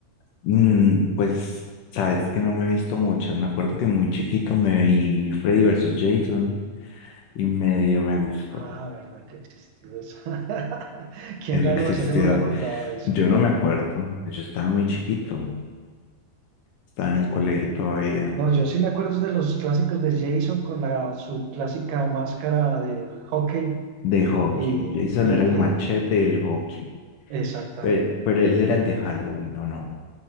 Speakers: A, on the left; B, on the right.
A: Mm, pues, sabes que no me he visto muchas. Me acuerdo que muy chiquito me vi Freddy versus Jason y medio me gustó.
B: Ah, ¿verdad que existió esa? <laughs> ¿Quién
A: Eso
B: ganó
A: existió.
B: esa? Yo no me acordaba de esa.
A: Yo no me acuerdo. Yo estaba muy chiquito. Estaba en el
B: Sí,
A: colegio
B: No,
A: todavía
B: no, yo sí me acuerdo de los clásicos de Jason con la, su clásica máscara de hockey
A: de hockey.
B: y,
A: Jason
B: y
A: era el
B: que,
A: machete del hockey.
B: exactamente.
A: Pero, pero él era el de Halloween, ¿o no?